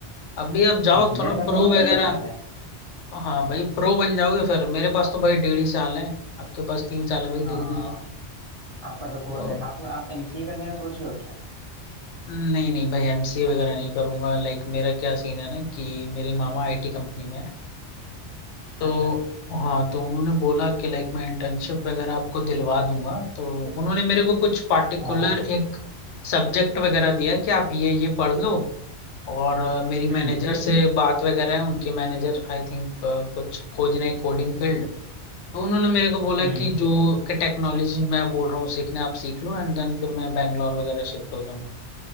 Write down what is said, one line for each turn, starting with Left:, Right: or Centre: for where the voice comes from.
Left: अभी आप जाओ
Right: हम्म,
Left: थोड़ा
Right: मेरे
Left: प्रो
Right: पास तो और
Left: वगैरह
Right: तीन साल है
Left: हाँ भाई प्रो बन जाओगे फिर मेरे पास तो भाई डेढ़ ही साल है आपके पास तीन साल है भाई
Right: हाँ
Left: दुगने
Right: आपका तो कोर्स
Left: है
Right: है आप आप एमसीए करने का सोच रहे हो क्या
Left: नहीं नहीं भाई एमसीए वगैरह नहीं करूंगा लाइक मेरा क्या सीन है ना कि मेरे मामा आईटी कंपनी में है तो
Right: अच्छा
Left: हाँ तो उन्होंने बोला कि लाइक मैं इंटर्नशिप वगैरह आपको दिलवा दूंगा तो उन्होंने मेरे को कुछ पार्टिकुलर
Right: हाँ।
Left: एक सब्जेक्ट वगैरह दिया कि आप ये ये पढ़ लो और अ, मेरी मैनेजर
Right: हम्म
Left: से बात वगैरह है उनके मैनेजर आई थिंक कुछ खोज रहे कोडिंग फील्ड तो उन्होंने मेरे को बोला
Right: हम्म
Left: कि जो कि टेक्नोलॉजी मैं बोल रहा हूँ सीखने आप सीख लो एंड देन फिर मैं बैंगलोर वगैरह शिफ्ट हो जाऊंगा